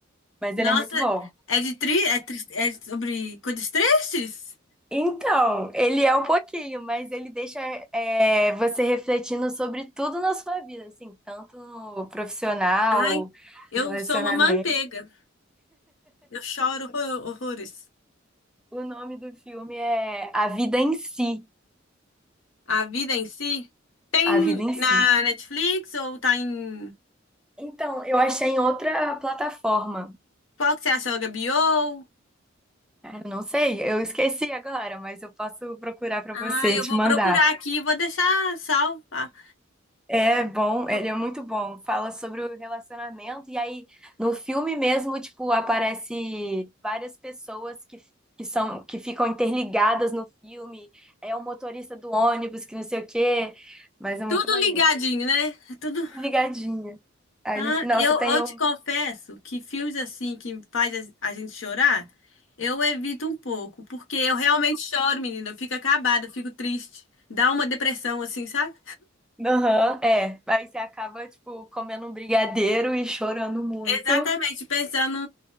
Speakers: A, in the centre; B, on the left (about 85°).
A: mas
B: Nossa,
A: ele é muito bom.
B: é de tri... é, tri- é sobre coisas tristes?
A: Então, ele é um pouquinho, mas ele deixa é, você refletindo sobre tudo na sua vida, assim, tanto no profissional,
B: Ai, eu
A: relacionamento.
B: sou uma manteiga. Eu choro horro- horrores.
A: O nome do filme é A Vida em Si.
B: A vida em si tem
A: a vida em
B: na
A: si.
B: Netflix ou tá em
A: Então, eu achei em outra plataforma.
B: Qual que você achou, HBO?
A: Ah, Eu não sei, eu esqueci agora, mas eu posso procurar para
B: Ah,
A: você
B: eu
A: e te
B: vou
A: mandar.
B: procurar aqui, e vou deixar salvo. Ah,
A: É bom,
B: tu-
A: ele é muito bom. Fala sobre o relacionamento, e aí no filme mesmo, tipo, aparece várias pessoas que, que são que ficam interligadas no filme. É o motorista do ônibus, que não sei o quê, mas é muito
B: Tudo
A: maneiro.
B: ligadinho, né? É Tudo.
A: Ligadinha. Aí
B: Ah,
A: no final
B: eu,
A: você tem
B: eu
A: o
B: te confesso que filmes assim que faz a a gente chorar, eu evito um pouco, porque eu realmente choro, menina. Eu fico acabada, eu fico triste. Dá uma depressão, assim, sabe?
A: Aham, é. Aí você acaba, tipo, comendo um brigadeiro e chorando muito.
B: Exatamente, pensando,